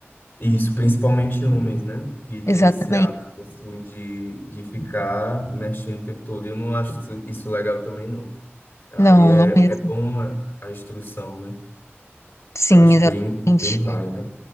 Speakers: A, on the left (about 40°); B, on the left (about 85°).
A: Isso, principalmente homens, né? Que tem
B: Exatamente.
A: esse hábito, assim, de, de ficar mexendo o tempo todo. Eu não acho isso isso legal também, não. Aí
B: Não,
A: é,
B: não mesmo.
A: é bom a a instrução, né?
B: Sim,
A: Eu acho
B: exatamente.
A: bem, bem válida,